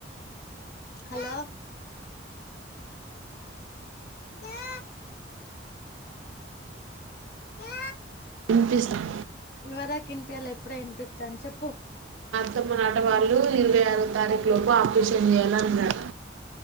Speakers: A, on the left; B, on the right.
A: హలో డా డా
B: వినిపిస్తాం
A: ఎవరాకు వినిపియులే ఈప్పుడే వినిపిస్తుంది చెప్పు
B: త్తమ నాటవాళ్ళు ఇరవై ఆరోవ తారీఖు లోపు ఆపరేషన్ చేయాలన్నారు